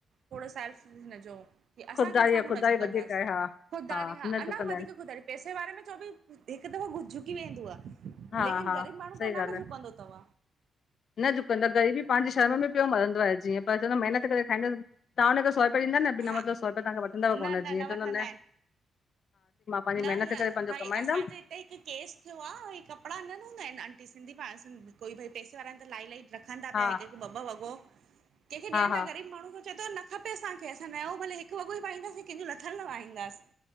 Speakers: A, on the right (about 75°); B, on the left (about 55°).
A: थोरो सेल्फ हिनजो। की असां
B: ख़ुददारी
A: कंहिं साम्हूं
B: आहे ख़ुददारी
A: न झुकंदाासीं
B: वधीक आहे हा
A: खुदाारी हा
B: न
A: अञा
B: झुकंदा
A: वधीक
B: आहिनि
A: खुदाारी। पैसे वारे में छो ॿि हिक दफ़ो झुकी वेंदो आ
B: हा
A: लेकिन
B: हा
A: ग़रीब माणू
B: सही
A: त अञा
B: ॻाल्हि
A: न झुकंदो। तथव
B: न झुकंदंद ग़रीबी पांजी शर्म में पयो मरंदो जीअं पर चयदो मेहनत करे खाईंदस तां हुनखे स कयिदा न बिना
A: हा
B: मतलब सौ रुपया तांखां वठनदव
A: न
B: कोन
A: न
B: जीअं चयदो
A: वठंदा
B: न।
A: आहिनि
B: पंहिंजी
A: न
B: महिनत
A: हीअं
B: करे पंहिंजो
A: भई
B: कमाईंदमि
A: असांजे त हिकु केस थियो आ, ऐं कपिड़ा न हूंदा आहिनि आंटी सिंधी पाण कोई भई पैसे वारा आहिनि त लाईलाही रख ता
B: हा
A: प्या हिकु-हिकु ॿ-ॿ वॻो, कंहिंखे
B: हा
A: ॾियनि
B: हा
A: था ग़रीब माण्हू खे चए थो न खपे असांखे असां नयो भले हिकु वॻो ई पाईंदासीं कंहिंजो लथललु न पाईंदासीं।